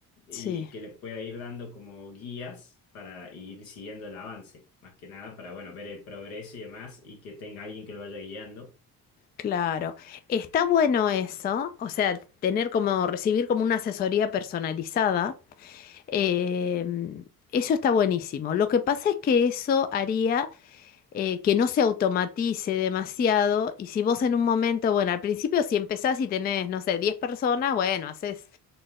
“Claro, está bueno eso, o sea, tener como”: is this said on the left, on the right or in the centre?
Left